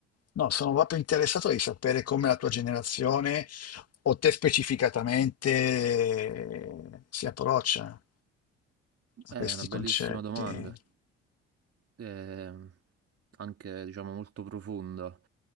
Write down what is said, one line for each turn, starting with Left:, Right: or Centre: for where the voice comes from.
Left: No, sono proprio interessato di sapere come la tua generazione o te specificatamente eh, si approccia
Right: eh,
Left: a questi
Right: è una bellissima
Left: concetti,
Right: domanda, Eh, anche diciamo molto profonda,